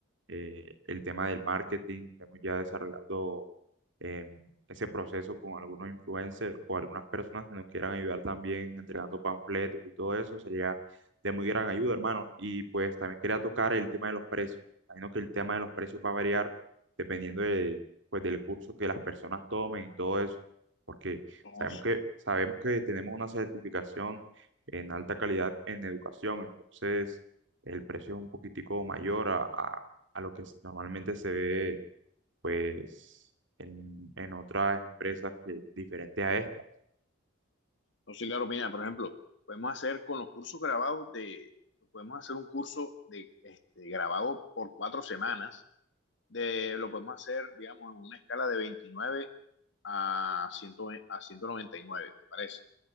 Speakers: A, on the right; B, on the left.
A: eh, el tema del marketing, estemos ya desarrollando eh, ese proceso con algunos influencers o algunas personas que nos quieran ayudar también entregando panfletos y todo eso, sería de muy gran ayuda, hermano. Y pues también quería tocar el tema de los precios. Imagino que el tema de los precios va a variar dependiendo de, pues, del curso que las personas tomen y todo eso, porque
B: No,
A: Sabemos que, sabemos que tenemos una certificación en alta calidad en educación, entonces el precio es un poquitico mayor a, a- a lo que s- normalmente se ve pues en, en otras empresas que, diferentes a estas.
B: no sé, claro, opinión, por ejemplo, podemos hacer con los cursos grabados de, podemos hacer un curso de, este, grabado por cuatro semanas de, lo podemos hacer, digamos, en una escala de 29 a, 100 a ciento noventa y nueve ¿te parece?